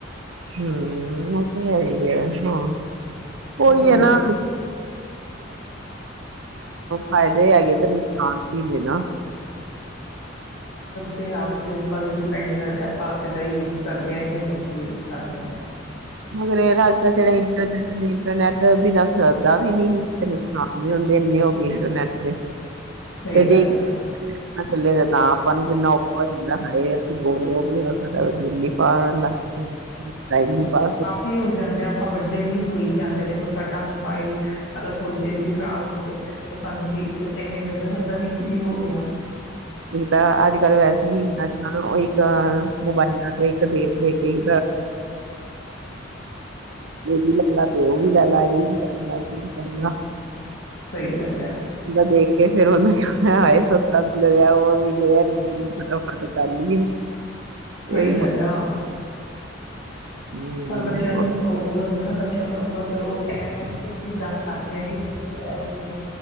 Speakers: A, on the right (about 80°); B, on the left (about 70°).
A: ਹੂੰ ਹੈ ਹੀ ਹੈ ਹਾਂ
B: ਉਹ
A: ਉਹੀ
B: ਸਗੋਂ
A: ਹੈ ਨਾ <inaudible> ਫਾਇਦੇ ਹੈਗੇ ਤੇ ਨੁਕਸਾਨ ਹੀ ਨੇ ਨਾ
B: ਤੇ ਆਪ ਦੇ ਉੱਪਰ ਵੀ ਡਿਪੈਂਡ ਕਰਦਾ ਆਪਾਂ ਇਹਦਾ ਯੂਜ ਕਰਦੇ ਹਾਂ ਕਿ ਮਿਸਯੂਜ ਕਰਦੇ ਹਾਂ।
A: ਮਗਰ ਅੱਜ ਕਲ ਜਿਹੜਾ ਇੰਟਰਨੈਟ ਨੇ ਇੰਟਰਨੈੱਟ ਬਿਨਾ ਸਰਦਾ ਵੀ ਨੀ ਨੁਕਸਾਨ ਵੀ ਹੁੰਦੇ ਇੰਨੇ ਹੋ ਗਏ ਇੰਟਰਨੈਟ ਦੇ
B: ਸਹੀ
A: ਤੇ
B: ਗੱਲ
A: ਜੇ
B: ਐ।
A: ਚੱਲੇ ਤਾਂ ਆਪਾਂ ਨੂੰ ਕਿੰਨਾ ਔਖਾ ਹੋ ਜਾਂਦਾ ਹਾਏ ਅਸੀ ਬੋਰ ਹੋ ਗੲਏ <inaudible> ਦਿੱਲੀ ਪਾ ਲੱਕ ਦਾਈਨੀ ਪਾਸ
B: ਵੀ ਹੋ ਜਾਂਦੇ ਆ ਆਪਾਂ ਵੱਡੇ ਵੀ ਹੋਈ ਜਾਂਦੇ ਆ ਦੇਖੋ ਸਾਡਾ ਮੋਬਾਇਲ ਅਗਰ ਥੋੜ੍ਹੀ ਦੇਰ ਵੀ ਖ਼ਰਾਬ ਹੋ ਜੇ ਤਾਂ ਸਾਨੂੰ ਕੀ ਇਵੇਂ ਲੱਗਦਾ ਪਤਾ ਨੀ ਕੀ ਹੋ ਗਿਆ।
A: ਨਹੀਂ ਤਾਂ ਅੱਜ ਕੱਲ ਵੈਸੇ ਹੀ ਅੱਜ ਕੱਲ ਇੱਕ ਮੋਬਾਇਲਾਂ ਤੇ ਦੇਖ ਦੇ <unintelligible> ਇਹ ਵੀ ਲੈ ਲਾ ਤੇ ਉਹ ਵੀ ਲੈ ਲਾ ਇਹ ਵੀ ਕਰਨਾ ਉਹ ਵੀ ਕਰਨਾ
B: ਸਹੀ ਗੱਲ ਹ
A: ਬੰਦਾ ਦੇਖ ਕੇ ਫੇਰ ਉਹਨੇ ਕਿਹਾ ਹੋਣਾ ਆਏ ਸਸਤਾ ਵੀ ਉਹ ਵੀ ਫ <unintelligible> ਚਲੀਏ ਇਹ
B: ਸਹੀ ਗੱਲ ਆਹੋ
A: ਹਮ
B: ਪਰ ਬੱਚਿਆਂ ਨੂੰ ਉਹ ਹੁੰਦੇ ਨਾ ਬੱਚੇ, ਬ ਨੂੰ ਥੋੜ੍ਹਾ ਚਲੋ ਇਹ ਹੈ ਕਿ ਅਸੀਂ ਦੱਸ ਸਕਦੇ ਹੈ, ਆ ਕਿ ਬੱਚੇ ਇਹ ਕਿਵੇਂ